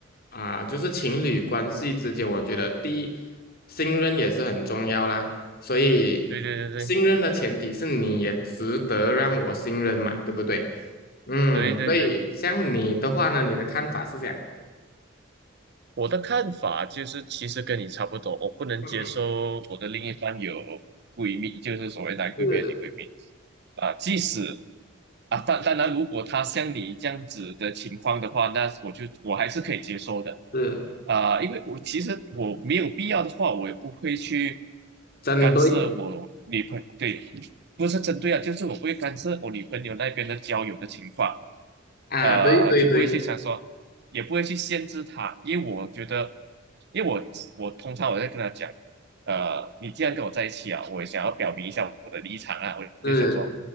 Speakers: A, on the left; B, on the right.
A: 啊，就是情侣关系之间，我觉得第一，信任也是很重要啦。所以，
B: 对对对
A: 信任的前提是你也值得让我信任嘛，对不对？嗯，
B: 对对对对对。
A: 所以像你的话呢，你的看法是这样。
B: 我的看法就是，其实跟你差不多，我不能接受我的另一半有
A: 嗯，
B: 闺蜜，就是所谓男闺蜜、
A: 是
B: 女闺蜜啊。即使啊，当当然，如果他像你这样子的情况的话，那我就我还是可以接受的
A: 是，
B: 啊，因为我其实我没有必要的话，我也不会去
A: 真对
B: 干涉我女朋对，不是针对啊，就是我不会干涉我女朋友那边的交友的情况。
A: 啊，
B: 呃，
A: 对对对，
B: 就不会去想说，也不会去限制他，因为我觉得，因为我我通常我在跟他讲，呃，你既然跟我在一起啊，我也想要表明一下我的立场啊，我就想说，
A: 是，